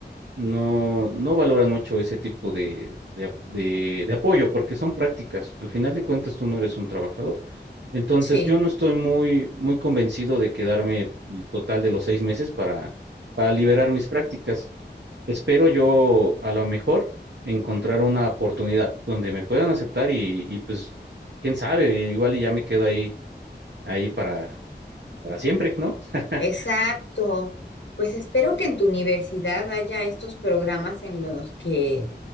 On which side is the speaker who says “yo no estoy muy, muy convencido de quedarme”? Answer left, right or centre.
Right